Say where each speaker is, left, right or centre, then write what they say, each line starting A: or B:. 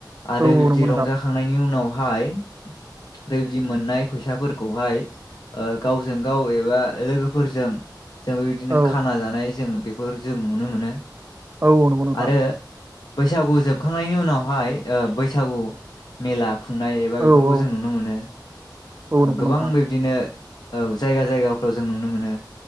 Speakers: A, on the left; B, on the right.
A: आरो
B: औ औ
A: बिबदि
B: नंगौ नोंथां
A: रंजाखांनायनि उनाव हाय बेबायदि मोननाय फैसाफोरखौहाय गावजों गाव एबा लोगोफोरजों जों बेबायदिनो
B: औ
A: खाना जानाय जों बेफोरजों नुनो मोनो
B: औ नगौ नोंथां
A: आरो बैसागु जोब। खोबखांनायनि उनावहाय बैसागु मेला। खुंनाय एबा
B: औ
A: बेफोरखौ
B: औ
A: जों नुनो मोनो
B: औ नंगौ
A: गोबां
B: नोंथां
A: बिबदिनो औ जायगा जायगाफ्राव जों नुनो मोनो।